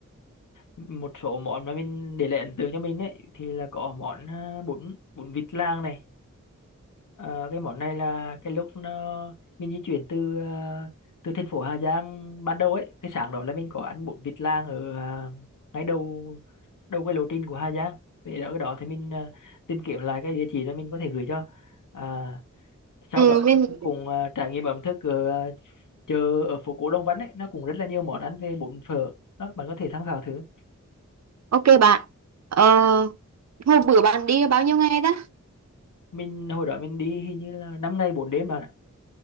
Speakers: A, on the left; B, on the right.
A: một số món mà mình để lại ấn tượng cho mình ấy thì là có món à, bún bún vịt lang này Ờ, cái món này là cái lúc nó mình di chuyển từ à, từ thành phố Hà Giang ban đầu ấy cái sáng đó là mình có ăn bún vịt lang ở à, ngay đầu đầu cái lộ trình của Hà Giang về đó cái đó thì mình à, tìm kiếm lại cái địa chỉ đó mình có thể gửi cho à, sau
B: ừ
A: đó
B: mình
A: mình cùng à, trải nghiệm ẩm thực ở à, chợ ở phố cổ Đông Văn ấy nó cũng rất là nhiều món ăn về bún phở đó bạn có thể tham khảo thử
B: ok bạn ờ, hôm bữa bạn đi bao nhiêu ngày ta
A: mình hồi đó mình đi hình như là 5 ngày 4 đêm bạn ạ